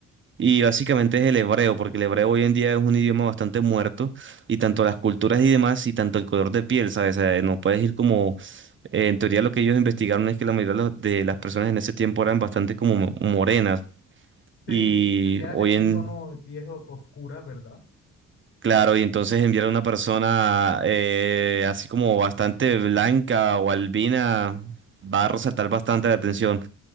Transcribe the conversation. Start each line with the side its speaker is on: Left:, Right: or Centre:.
Right: Y básicamente es el hebreo, porque el hebreo hoy en día es un idioma bastante muerto, y tanto las culturas y demás, y tanto el color de piel, ¿sabes? O sea, no puedes ir como... eh, en teoría lo que ellos investigaron es que la mayoría de los- de las personas en ese tiempo eran bastante como mo- morenas, y
Left: Sí, tendrían
Right: hoy
Left: a tener
Right: en...
Left: un tono de piel o- oscura, ¿verdad?
Right: Claro, y entonces enviar a una persona eh, así como bastante blanca o albina va a resaltar bastante la atención.